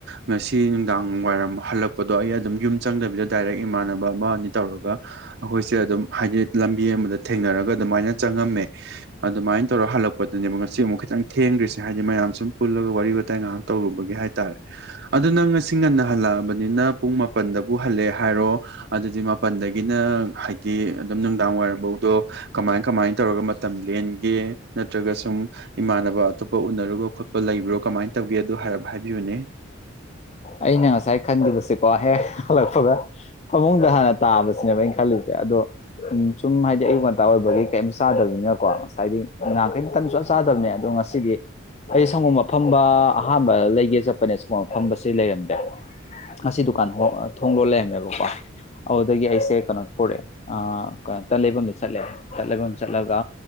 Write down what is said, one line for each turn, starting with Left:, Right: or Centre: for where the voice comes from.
Right: ꯉꯁꯤ ꯒꯤ ꯅꯨꯡꯗꯥꯡ ꯋꯥꯏꯔꯝ ꯍꯜꯂꯛꯄꯗꯣ ꯑꯩ ꯑꯗꯨꯝ ꯌꯨꯝ ꯆꯪꯗꯕꯤꯗ ꯗꯥꯏꯔꯦꯛ ꯏꯃꯥꯟꯅꯕ ꯑꯃ ꯑꯅꯤ ꯇꯧꯔꯒ ꯑꯩꯈꯣꯏꯁꯦ ꯑꯗꯨꯝ ꯍꯥꯏꯗꯤ ꯂꯝꯕꯤ ꯑꯃꯗ ꯊꯦꯡꯅꯔꯒ ꯑꯗꯨꯃꯥꯏꯅ ꯆꯪꯉꯝꯃꯦ ꯑꯗꯨꯃꯥꯏꯅ ꯇꯧꯔꯒ ꯍꯜꯂꯛꯄꯗꯅꯦꯕ ꯉꯁꯤ ꯑꯃꯨꯛ ꯈꯤꯇꯪ ꯊꯦꯡꯒ꯭ꯔꯤꯁꯦ ꯍꯥꯏꯗꯤ ꯃꯌꯥꯝ ꯁꯨꯝ ꯄꯨꯜꯂꯒ ꯋꯥꯔꯤ ꯋꯥꯇꯥꯏ ꯉꯥꯏꯍꯥꯛ ꯇꯧꯔꯨꯕꯒꯤ ꯍꯥꯏꯇꯥꯔꯦ ꯑꯗꯨ ꯅꯪ ꯉꯁꯤ ꯉꯟꯅ ꯍꯜꯂꯛꯑꯕꯅꯤꯅ ꯄꯨꯡ ꯃꯥꯄꯜꯗꯕꯨ ꯍꯜꯂꯦ ꯍꯥꯏꯔꯣ ꯑꯗꯨꯗꯤ ꯃꯥꯄꯜꯗꯒꯤꯅ ꯍꯥꯏꯗꯤ ꯑꯗꯨꯝ ꯅꯨꯡꯗꯥꯡ ꯋꯥꯏꯔꯝꯕꯎꯗꯣ ꯀꯃꯥꯏ ꯀꯃꯥꯏ ꯇꯧꯔꯒ ꯃꯇꯝ ꯂꯦꯟꯒꯦ ꯅꯠꯇ꯭ꯔꯒ ꯁꯨꯝ ꯏꯃꯥꯟꯅꯕ ꯑꯇꯣꯞꯄ ꯎꯅꯔꯨꯕ ꯈꯣꯠꯄ ꯂꯩꯕ꯭ꯔꯣ ꯀꯃꯥꯏꯅ ꯇꯧꯒꯦ ꯑꯗꯨ ꯍꯥꯏꯔꯞ ꯍꯥꯏꯕꯤꯌꯨꯅꯦ
Left: ꯑꯩꯅ ꯉꯁꯥꯏ ꯈꯟꯒꯤꯕꯁꯦꯀꯣ ꯍꯦꯛ ꯍꯜꯂꯛꯄꯒ ꯐꯃꯨꯡꯗ ꯍꯥꯟꯅ ꯇꯥꯕꯁꯤꯅꯦꯕ ꯑꯩꯅ ꯈꯜꯂꯤꯁꯦ ꯑꯗꯣ ꯎꯝ ꯁꯨꯝ ꯍꯥꯏꯗꯤ ꯑꯌꯨꯛ ꯉꯟꯇꯥ ꯑꯣꯏꯕꯒꯤ ꯀꯩꯏꯝ ꯆꯥꯗꯕꯅꯤꯅꯀꯣ ꯉꯁꯥꯏꯗꯤ ꯅꯍꯥꯟꯈꯩ ꯇꯟ ꯁꯨꯡꯆꯥ ꯆꯥꯗꯕꯅꯦ ꯑꯗꯣ ꯑꯁꯤꯗꯤ ꯑꯩ ꯁꯪꯒꯣꯝ ꯑꯐꯝꯕ ꯑꯍꯥꯟꯕ ꯂꯩꯒꯦ ꯆꯠꯄꯅꯦ ꯁꯪꯒꯣꯝ ꯑꯐꯝꯕꯁꯤ ꯂꯩꯔꯝꯗ꯭ꯔꯦ ꯉꯁꯤ ꯗꯨꯀꯥꯟ ꯊꯣꯡ ꯂꯣꯟ ꯂꯩꯔꯝꯃꯦꯕꯀꯣ ꯑꯗꯨꯗꯒꯤ ꯑꯩꯁꯦ ꯀꯩꯅꯣ ꯄꯨꯔꯛꯑꯦ ꯑ ꯇꯜ ꯂꯩꯕꯝꯗ ꯆꯠꯂꯦ ꯇꯜ ꯂꯩꯕꯝ ꯆꯠꯂꯒ